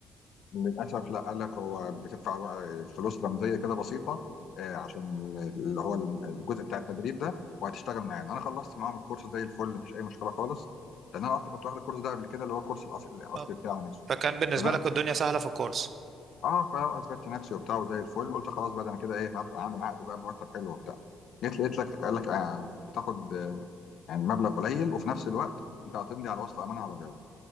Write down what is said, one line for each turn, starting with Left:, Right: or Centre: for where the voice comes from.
Left: للأسف لا قال لك هو بتدفع فلوس رمزية كده بسيطة آه، عشان اللي هو الجزء بتاع التدريب ده وهتشتغل معانا أنا خلصت معاهم الكورس زي الفل مفيش أي مشكلة خالص لأن أنا أصلا كنت واخد الكورس ده قبل كده اللي هو الكورس الأص- الأصلي
Right: أه.
Left: بتاعه نفسه
Right: فكان بالنسبة
Left: تمام
Right: لك الدنيا سهلة في الكورس
Left: أه فأثبتت نفسي وبتاع وزي الفل قلت خلاص بقى ده أنا كده إيه هبقى أعمل عقد بقى مرتب حلو وبتاع جيت لقيت لك قال لك آه، بتاخد آه، يعني مبلغ قليل وفي نفس الوقت أنت هتمضي على وصل أمانة على بياض